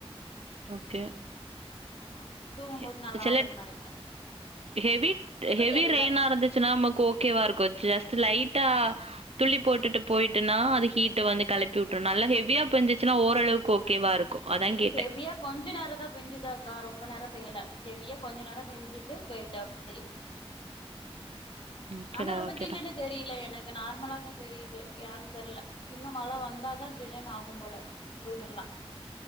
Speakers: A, on the right; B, on the left.
A: ஓகே
B: ஆமா தூங்கும்போது
A: எ
B: நல்லா
A: சில
B: இருக்கும்னு நெனைக்கிறே
A: ஹெவி
B: இப்ப
A: ஹெவி
B: தெரில
A: ரெய்னா இருந்துச்சுன்னா ஓகேவா இருக்கு ஜஸ்ட் லைட்டா துள்ளி போட்டுட்டு போயிட்டுனா அது ஹீட்ட வந்து கெப்பியுட்டுறு நல்லா ஹெவியா போஞ்சிச்சுன்னா ஓரளவுக்கு ஓகேவா இருக் கு அதாங்
B: ம்
A: கேட்ட
B: ஹெவியா கொஞ்ச நேரந்தா பேஞ்சு இல்லக்கா ரொம்ப நேரோம் பேயல ஹெவியா கொஞ்ச நேரோ பெஞ்சுட்டு போயிட்டா அப்டியே
A: ஓகேடா
B: ஆனா ரொம்ப
A: ஓகேடா
B: ஜில்லுன்னு தெரியல எனக்கு நார்மலாதா தெரியுது ஏன் தெர்ல இன்னு மழ வந்தாதா ஜில்லுன் ஆகும் போல ரூம் எல்லா